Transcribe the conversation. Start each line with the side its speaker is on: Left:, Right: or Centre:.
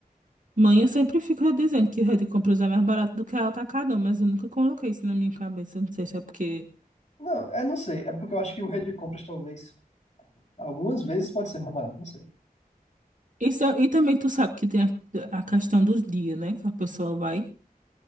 Right: Mãe sempre fica dizendo que o Rede Compras é mais barato do que a Atacadão, mas eu nunca coloquei isso na minha cabeça. Não sei se é porque
Left: Não, é, não sei. É porque eu acho que o Red Compras talvez Algumas vezes pode ser mais barato, não sei.
Right: Isso, é- e também tu sabe que tem a, a questão dos dias, né? Que a pessoa vai.